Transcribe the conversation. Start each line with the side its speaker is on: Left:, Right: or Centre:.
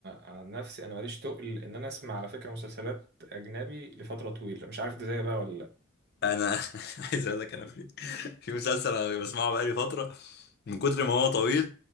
Right: عن نفسي انا ماليش تقل ان انا اسمع على فكره مسلسلات اجنبي لفتره طويله مش عارف انت زيي بقى ولا لا
Left: انا <laughs> عايز اقول لك انا في في مسلسل انا بسمعه بقالي فتره من كتر ما هو طويل